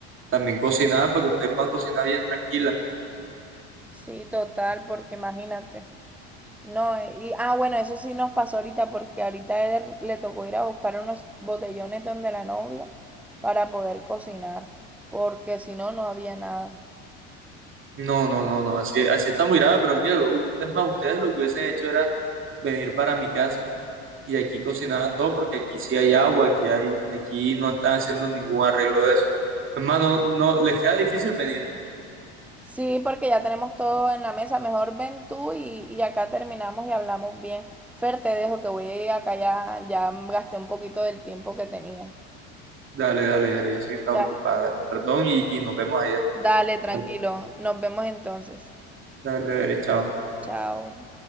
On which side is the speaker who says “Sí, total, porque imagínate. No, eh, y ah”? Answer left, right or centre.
Centre